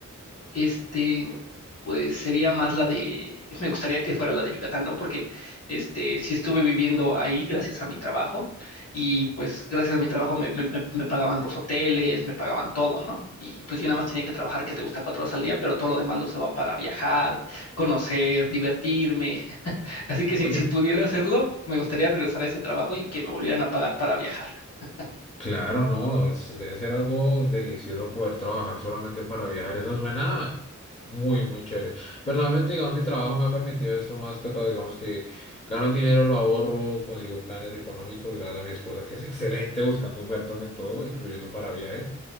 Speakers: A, on the left (about 55°); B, on the left (about 20°).
A: este, pues sería más la de, me gustaría que fuera la de Yucatán, ¿no? Porque, este, sí estuve viviendo ahí gracias a mi trabajo y pues gracias a mi trabajo me, me- me- me pagaban los hoteles, me pagaban todo, ¿no? Y pues yo nada más tenía que trabajar, que te gusta cuatro horas al día, pero todo lo demás lo usaba para viajar, conocer, divertirme. <laughs> Así que si,
B: Oye.
A: si pudiera hacerlo, me gustaría regresar a ese trabajo y que me volvieran a pagar para viajar. <laughs>
B: Claro, no, es- debe ser algo delicioso poder trabajar solamente para viajar. Eso suena muy, muy chévere. Personalmente, digamos, mi trabajo me ha permitido esto más que todo. Digamos que gano el dinero, lo ahorro, consigo planes económicos gracias a mi esposa, que es <laughs> excelente buscando ofertas en todo, incluyendo para viajes.